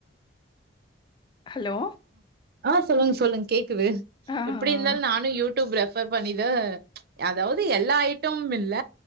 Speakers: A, on the left (about 25°); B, on the right (about 55°).
A: ஹலோ
B: ஆ சொல்லுங்க சொல்லுங் கேக்குது
A: ஆ
B: எப்படி இருந்தாலு
A: ஆ
B: நானு யூ யூப் ரெஃபர் பண்ணிதா அதாவது எல்லா ஐட்டமும்மில்ல